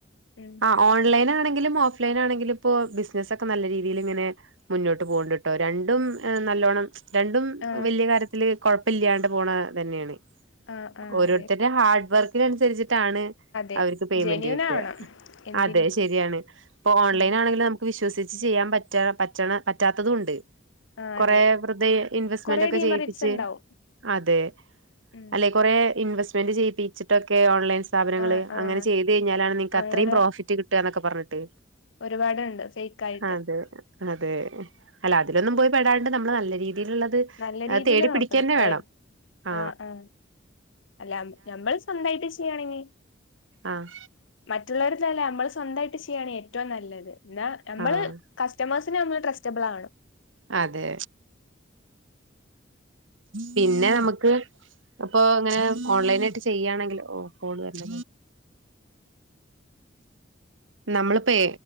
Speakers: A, on the left; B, on the right.
A: ഉം
B: ആ ഓൺലൈ ലൈൻആണെങ്കിലും ഓഫ് ലൈൻ ആണെങ്കിലും ഇപ്പോ ബിസിനസ് ഒക്കെ നല്ല രീതിയിൽ ഇങ്ങനെ മുന്നോട്ട് പോകണ്ടിട്ടോ രണ്ടും നല്ലോണ്ണം രണ്ടും
A: ആ
B: വലിയ കാര്യത്തില് കൊഴപ്പില്ലാണ്ട് പോണ തന്നെയാണ്
A: ആ ആ
B: ഓരോരുത്തടെ
A: അതെ
B: ഹാർഡ് വർക്കിനനുസരിച്ചിട്ട ട്ടണ്
A: അതെ
B: അവർക്ക് പേയ്മെന്റ്
A: ജെന്യൂൻ
B: കിട്ടുക
A: ആവണം എന്തിനും
B: അതെ ശരിയാണ് അപ്പൊ ഓൺലൈൻ
A: ഉം
B: ആണെങ്കിൽ നമുക്ക് വിശ്വസിച്ച ചെയ്യാൻ പറ്റാ പറ്റ പറ്റാത്തതും ഉണ്ട്
A: ആഹ്
B: കൊറെ
A: അതെ
B: വെറുതെ ഇൻവെസ്റ്റ്മെന്റ്
A: കൊറേ
B: ഒക്കെ
A: ഡീമറിറ്റ്സ്
B: ചെയ്യിപ്പിച്ച്
A: ഉണ്ടാവും
B: അതെ
A: ഉം
B: അല്ലെ കുറെ ഇൻവെസ്റ്റ് സ്പെന്റ് ചെയ്പ്പിച്ചിട്ടൊക്കെ ഓൺലൈൻ സ്ഥാപനങ്ങള്
A: ആഹ് ആഹ്
B: അങ്ങനെ ചെയ്ത് കഴിഞ്ഞാണ് നിൾക്ക്
A: അങ്ങനെ
B: അത്രയും പ്രോഫിറ്റ് കിട്ടുക എന്നൊക്കെ പറഞ്ഞ് പറഞ്ഞിട്ട്
A: ഒരുപാടുണ്ട് ഫേക്ക ആയിട്ട്
B: അതെ അതെ അല്ല അതിലൊന്നും പോയി പെടാണ്ട് നമ്മള് നല്ല രീതി രീതിയിലുള്ളത്
A: നല്ല രീതിയില്
B: തേടി
A: നോക്കണം
B: പിടിക്കന്നെ വേണം
A: ഏഹ്
B: ആ
A: ആഹ് ആഹ് അല്ല നമ്മൾ സ്വന്തമായിട്ട് ചെയ്യാണെങ്കിൽ
B: ആഹ്
A: മറ്റു ള്ളടത്തല്ല നമ്മൾ സ്വന്തമായിട്ട് ചെയ്യ സ്വന്തായിട്ട് ചെയ്യാണ് ഏറ്റവും നല്ലത് എന്നാ നമ്മള്
B: ആഹ്
A: കസ്റ്റമേഴ്സിന് നമ്മള് ട്രസ്റ്റബിൾ ആവണം
B: അതെ പിന്നെ നമുക്ക് അപ്പൊ ഇങ്ങനെ ഓൺലൈന ആയിട്ട് ചെയ്യാണെങ്കിൽ ഓ കോൾ വര നമ്മളിപ്പേ